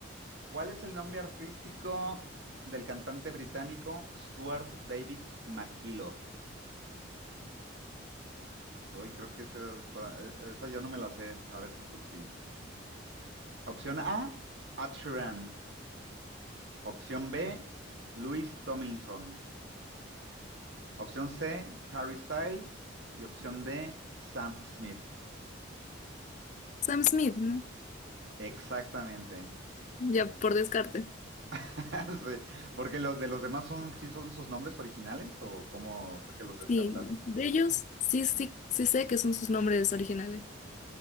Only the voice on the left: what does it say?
Sam Smith, ¿no?
Ya por descarte.
Sí, de ellos sí, sí, sí sé que son sus nombres originales.